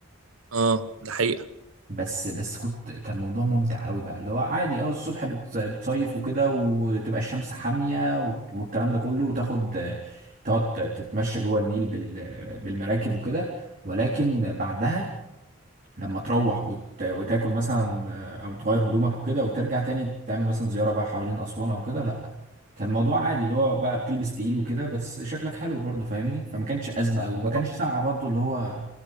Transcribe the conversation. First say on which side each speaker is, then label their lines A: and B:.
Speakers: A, on the right; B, on the right.
A: اه ده حقيقه
B: بس بس كنت كان موضوع ممتع قوي بقى اللي هو عادي اه الصبح بت- بتصيف وكده وتبقى الشمس حاميه وك- والكلام ده كله وتاخد آه، تقعد تتمشى جوه النيل بال- بالمراكب وكده ولكن بعدها لما تروح وت... وتاكل مثلا آه، او تغير هدومك وكده وترجع تاني تعمل مثلا زيارة بقى حوالين اسوان او كده لا كان الموضوع عادي اللي هو بقى بتلبس تقيل وكده بس شكلك حلو برضه فاهمني فما كانش ازمة قوي وما
A: آه.
B: كانش ساقعة برضه اللي هو